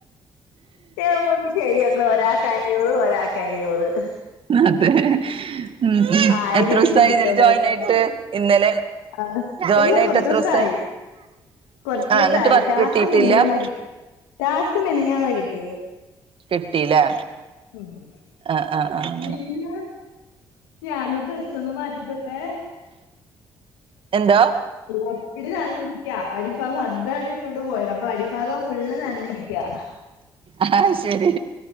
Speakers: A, on the left; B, on the right.
A: എവിട്ന്ന് ശരിയാക്ക്ണ് ഒരാൾക്ക് അഞ്ഞൂറ് ഒരാൾക്ക് അഞ്ഞൂറ്
B: അതെ ഉം ഉം
A: ആയിരമെങ്കിലും
B: എത്രോസായി
A: കിട്ടുവോന്ന്
B: ഇതില് ജോയിൻ
A: എനിക്ക്
B: ആയിട്ട് ഇന്നലെ
A: ആഹ് ഇപ്പല്ല
B: ജോയിൻ ആയിട്ട്
A: കൊർച്ചോസായി.
B: എത്രൂസായി
A: കൊറച്ച്
B: ആഹ്
A: <unintelligible>
B: എന്നിട്ട് വർക്ക്
A: ടാസ്ക്
B: കിട്ടിയിട്ടില്ല
A: മെനഞ്ഞന്നാ കിട്ടി, ടാസ്ക് മെനഞ്ഞന്നാ കിട്ടിയത്.
B: കിട്ടിലെ.
A: മ്
B: ആഹ് ആഹ് ആഹ്
A: എങ്ങന? ഞാനി ഡ്രസ്സൊന്ന് മാറ്റിക്കോട്ടെ?
B: എന്തോ?
A: അപ്പിനടി നനഞ്ഞിരിക്ക, അടിഭാഗം <unintelligible> കൊണ്ട് പോയത്. അപ്പ അടിഭാഗം ഫുള്ള് നനഞ്ഞിരിക്കാ.
B: ആഹ്ശരി